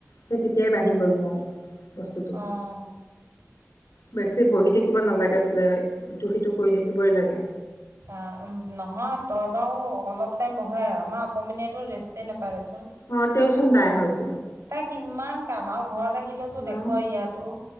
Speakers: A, on the left; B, on the right.
A: সেই তেতিয়াই বাঢ়ি গ'ল মোৰ। বস্তুটো।
B: অহ'
A: বেছি বহি থাকিব নালাগে বোলে, ইটো সিটো কৰি থাকিবই লাগে।
B: অ' নহয় তই বাৰু অলপ টাইম বঢ়াই, আমাৰ অকমানিয়েটো ৰেষ্ট নাপাৰে।
A: অ' তেওঁচোন তাই হৈছে।
B: তাই কিমান কাম আৰু ঘৰত আহিলেওতো
A: অ
B: দেখ ইয়াতো